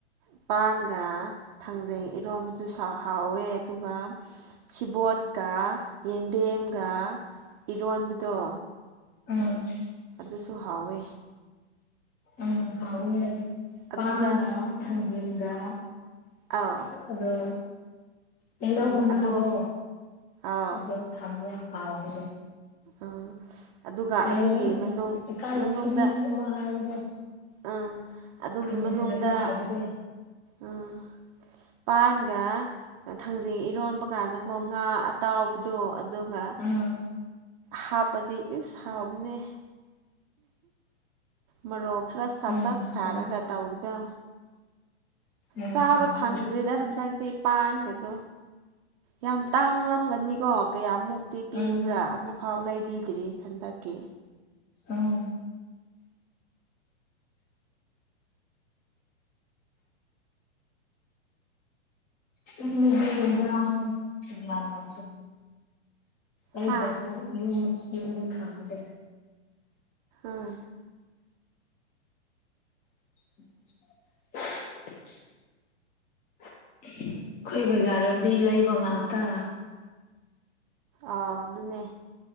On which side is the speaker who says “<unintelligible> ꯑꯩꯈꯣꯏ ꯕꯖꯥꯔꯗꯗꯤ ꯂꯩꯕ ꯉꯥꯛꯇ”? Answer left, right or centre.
Left